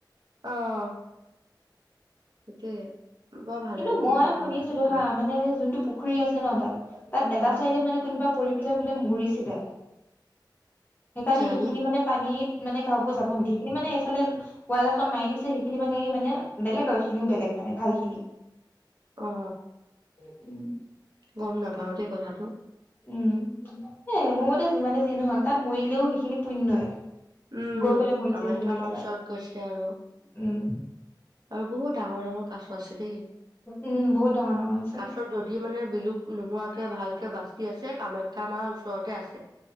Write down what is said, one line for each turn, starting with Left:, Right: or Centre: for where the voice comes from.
Right: অ সেইটোয়ে বৰ ভাল
Left: কিন্তু
Right: লাগে
Left: মই
Right: দেই কামাখ্যাত
Left: শুনিছিলো
Right: গৈ
Left: হা, মানে যোনটো পুখুৰী আছে ন তাত, তাত
Right: উম
Left: এটা চাইদে মানে কু কোনবা পৰি পেলাই বোলে মৰিছিলে। সেইকাৰণে
Right: জানো
Left: সেইখিনি মানে পানীত, মানে কাকো যাব নিদি। সেইখিনি মানে ফালে, ৱাল এখন মাৰি দিছে। সেইখিনি মানে-ই-মানে বেলেগ আৰু সেইখিনিও বেলেগ মানে ভাল খিনি।
Right: অ'।
Left: <unintelligible>
Right: গম নাপাওঁ দেই কথাটো।
Left: উম। এই মুত তই যিমানে যি নহওক, তাত মৰিলেও সেইখিনি পুণ্যই।
Right: উম,
Left: গৈ পেলাই মৰিছে
Right: কামাখ্যা
Left: সেইখিনি
Right: মাৰ
Left: জেগাত
Right: ওচৰত গৈছে আৰু। আৰু,
Left: উম
Right: বহুত ডাঙৰ-ডাঙৰ কাছ আছে দেই।
Left: উম বহুত ডাঙৰ ডাঙৰ আছে
Right: কাছ যদি মানে বিলুপ নোহোৱাকে ভালকে বাচি আছে, কামাখ্যা মাৰ ওচৰতে আছে।